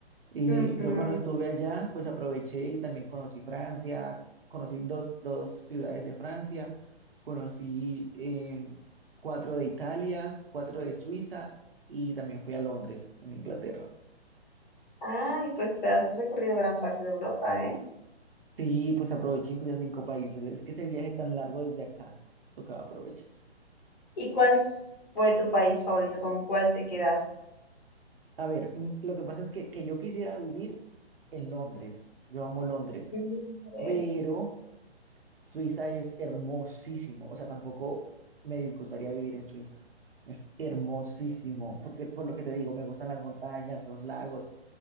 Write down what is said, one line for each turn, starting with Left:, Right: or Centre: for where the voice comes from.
Right: Y
Left: Ujú.
Right: yo cuando estuve allá, pues aproveché y también conocí Francia, conocí dos, dos ciudades de Francia, conocí eh, cuatro de Italia, cuatro de Suiza y también fui a Londres, en Inglaterra.
Left: Ay, pues te has recorrido gran parte de Europa, ¿eh?
Right: Sí, pues aproveché y fui a cinco países. Es que ese viaje tan largo desde acá, tocaba aprovechar.
Left: ¿Y cuál fue tu país favorito? ¿Con cuál te quedaste?
Right: A ver, mm, lo que pasa es que, que yo quisiera vivir en Londres. Yo amo Londres,
Left: Londres.
Right: pero Suiza es hermosísimo. O sea, tampoco me disgustaría vivir en Suiza. Es hermosísimo, porque por lo que te digo, me gustan las montañas, los lagos,